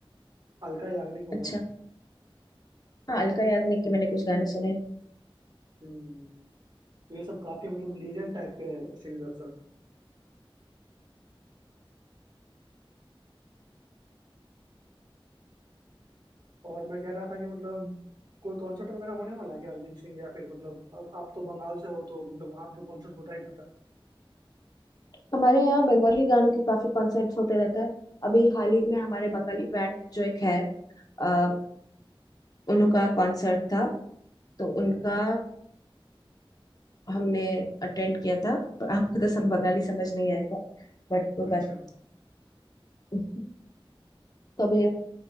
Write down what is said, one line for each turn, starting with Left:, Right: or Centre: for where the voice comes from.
Right: अलका याग्निक हो
Left: अच्छा
Right: गए
Left: हाँ अलका याग्निक के मैंने कुछ गाने सुने
Right: हम्म तो ये सब काफी मतलब लीजेंड टाइप के सिंगर्स और मैं कह रहा था कि मतलब कोई कॉन्सर्ट वगैरह होने वाला है क्या अरिजीत सिंह या फिर मतलब अब आप तो बंगाल से हो तो मतलब वहाँ पे तो कॉन्सर्ट होता ही रहता है
Left: हमारे यहाँ बंगाली गानों के काफी कॉन्सर्ट्स होते रहते हैं अभी हाल ही में हमारे बंगाली बैंड जो एक है अ, उनका कॉन्सर्ट था तो
Right: हाँ
Left: उनका हमने अटेंड किया था पर आपको तो सब
Right: हम्म
Left: बंगाली समझ नहीं आएगा बट कोई
Right: अच्छा
Left: बात नहीं तो अभी